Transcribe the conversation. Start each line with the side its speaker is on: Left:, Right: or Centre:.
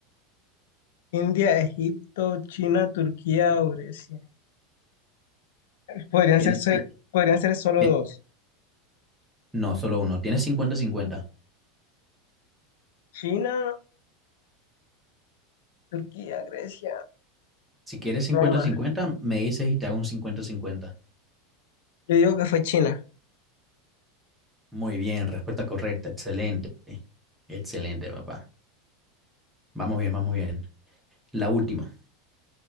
Left: India, Egipto, China, Turquía o Grecia. Podrían
Centre: Tiene-
Left: ser, so-
Centre: ti-
Left: podrían ser solo
Centre: ti-
Left: dos.
Centre: no, solo uno. Tienes cincuenta-cincuenta.
Left: China, Turquía, Grecia,
Centre: Si quieres cincuenta-cincuenta,
Left: Roma.
Centre: me dices y te hago un cincuenta-cincuenta.
Left: Yo digo que fue China.
Centre: Muy bien, respuesta correcta. Excelente. Excelente, papá. Vamos bien, vamos bien. La última.